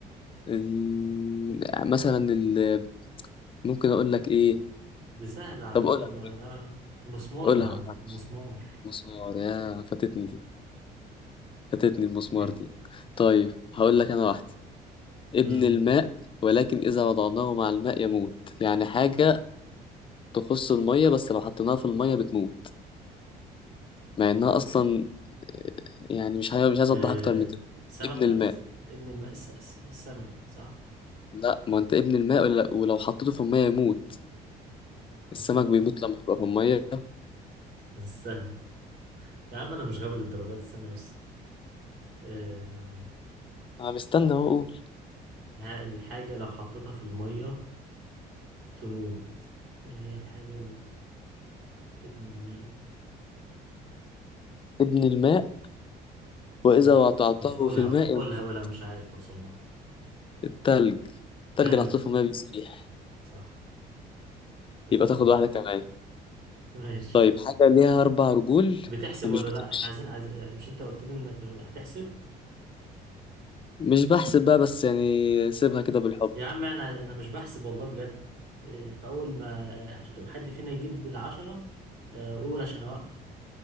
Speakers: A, on the left; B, on the right.
A: إن- مثلا ال... ممكن اقول لك ايه
B: دي سهلة على
A: طب
B: فكرة
A: قولها
B: إن
A: قولها
B: أنا نعمل مسمار
A: قولها
B: يا عم
A: قولها
B: مسمار
A: مش المسمار يا فاتتني دي فاتتني المسمار
B: مم.
A: دي طيب هقول لك انا واحدة ابن
B: امم
A: الماء ولكن إذا وضعناه مع الماء يموت يعني حاجة تخص المية بس لو حطيناها في المية بتموت مع إنها أصلا يعني مش عايز مش عايز
B: آه
A: أوضح أكتر من كده
B: سمكة
A: ابن الماء
B: س- ابن الماء الس... الس- السمك صح
A: لا ما أنت ابن الماء ولا- ولو حطيته في المية يموت
B: حطيته
A: السمك بيموت لما يبقى في المية
B: في- <laughs> استنى يا عم أنا مش غبي للدرجة دي استنى بس آه
A: أنا مستنى أهو أقول
B: ها- الحاجة لو حطيتها في المية تموت إيه هي الحاجة ال- ابن الماء
A: ابن الماء وإذا
B: لا
A: وضعته
B: مش قولها
A: في الماء
B: قولها
A: يموت
B: قولها مش عارف أوصل لها
A: التلج التلج
B: تلج
A: اللي حطيته في المية بيسيح
B: صح فاتتني
A: يبقى تاخد واحدة كمان
B: ماشي
A: طيب حاجة ليها أربع رجول
B: بتحسب
A: ومش
B: ولا
A: بتمشي
B: لا احنا عايزين عايز... مش انت قلت لي انك هتحسب
A: مش بحسب بقى بس يعني سيبها كده بالحب
B: يا عم انا انا مش بحسب والله بجد إيه، فاول ما لو حد فينا يجيب العشرة آه، قول عشان اوقف